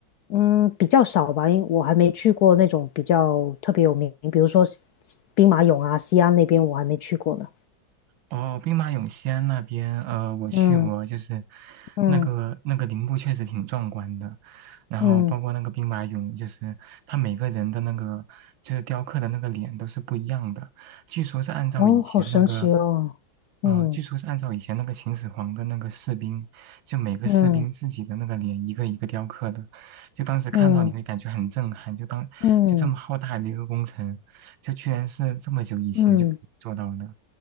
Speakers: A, on the left; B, on the right.
A: 嗯，比较少吧，因为我还没去过那种比较特别有名，比如说西兵马俑啊、西安那边我还没去过呢。
B: 哦，兵马俑西安那边，呃，我去过，
A: 嗯
B: 就是
A: 嗯
B: 那个那个陵墓确实挺壮观的，然后包括那个兵马俑，
A: 嗯，
B: 就是他每个人的那个就是雕刻的那个脸都是不一样的，据说是按照以前那个，
A: 哦，好神奇哦。嗯
B: 呃，据说是按照以前那个秦始皇的那个士兵，就每个士兵自己的那个脸一个一个雕刻的，
A: 嗯
B: 就当时看到你会感觉很震撼，
A: 嗯
B: 就当就这么浩大的一个工程，
A: 嗯
B: 就居然是这么久以前就可以做到的，
A: 嗯